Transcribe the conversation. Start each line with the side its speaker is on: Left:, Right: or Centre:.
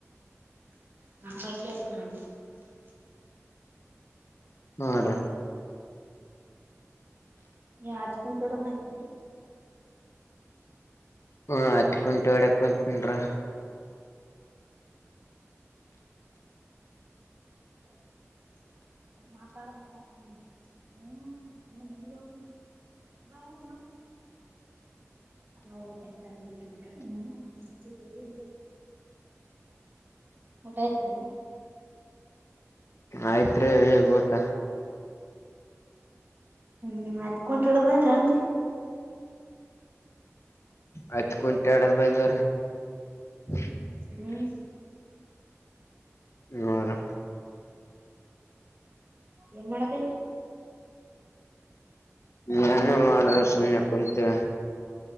Right: <unintelligible>
Left: ಹಾ ರೀ
Right: <unintelligible>
Left: ಹ್ಮ ಅಟ್ಕುಂಟಿ ಹೊಡ್ಯಾಕುಂಟನ್ರೀ
Right: <inaudible> ಮಾತಾಡ್ಬೇಕ್ ಅಂತ ಬಂದ್ನೀ ಹ್ಮ್ ಇನ್ನ ಮನಿಗ ಹೋಗ್ಬೇಕ್ ನಾ <unintelligible> ಊಟಾಯ್ತ್ರ್ಯಾ
Left: ಆಯ್ತ್ರೀ ಈಗ ಊಟ
Right: ಹ್ಮ್ ಆಯ್ತ್ ಕುಂಟಿ ಹೊಡದ ಬಂದ್ರೇನ್ರೀ
Left: ಆಯ್ತು ಕುಂಟಡದ್ ಬಂದ್ವ <unintelligible>
Right: ಹ್ಮ್
Left: ಹೌದಾ
Right: ಏನ್ ಮಾಡಕ
Left: ನಾನ ಮಾಡಡ ಸುಮ್ನೆ ಕುಂತೆ